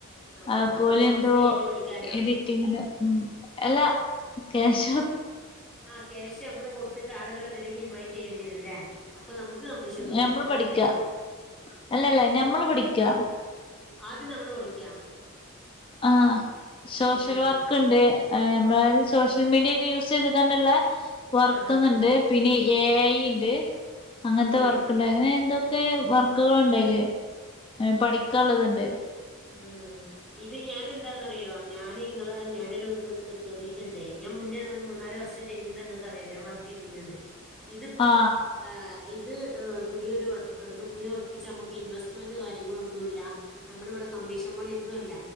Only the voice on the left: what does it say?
അത്,
പോലെ
എന്തോ,
എഡിറ്റിങ്ങിന്, ഉ, എല്ലാ, ക്യാശ്
ഞമ്മൾ
പഠിക്കാ അല്ലല്ല ഞമ്മള്
പഠിക്കാ
ആഹ്, സോഷ്യൽ,
വർക്ക്, ഇണ്ട്, മ്മളെ സോഷ്യൽ, മീഡിയക്കെ, യൂസീത്ക്കാണ്ട്ള്ള, വർക്ക്ന്ന്ണ്ട്,
പിന്നെ, എ ഐ, ഇണ്ട്. അങ്ങനത്തെ
വർക്കണ്ട് അങ്ങനെ എന്തൊക്കെ വർക്കുകളുണ്ടല് പഠിക്കാള്ളതുണ്ട്
ആഹ്